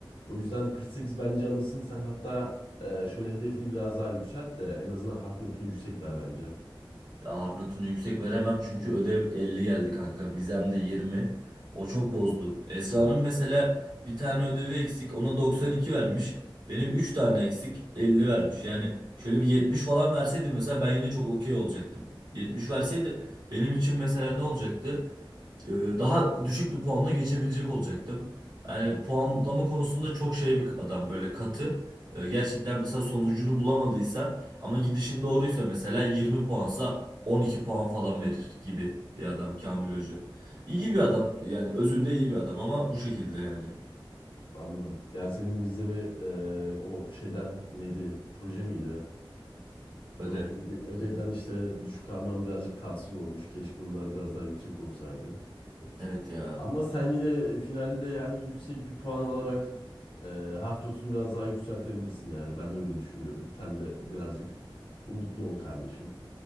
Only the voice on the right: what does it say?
Ya Harfnat'ını yüksek veremem çünkü ödev 50 geldi kanka. Vizem de 20. O çok bozdu. Esra'nın
mesela bir tane ödevi eksik. Ona 92 vermiş. Benim 3 tane eksik 50 vermiş. Yani şöyle bir 70 falan verseydi mesela ben yine çok okey olacaktım. 70 verseydi benim için mesela ne olacaktı? e, daha düşük bir puanla geçebilecek olacaktım. Yani puanlama konusunda çok şey bir adam böyle katı. E, Gerçekten mesela sonucunu bulamadıysan ama gidişin doğruysa mesela 20 puansa 12 puan falan verir gibi bir adam Kamil Hoca. İyi bir adam yani özünde iyi bir adam ama bu şekilde yani
ödev.
Evet ya.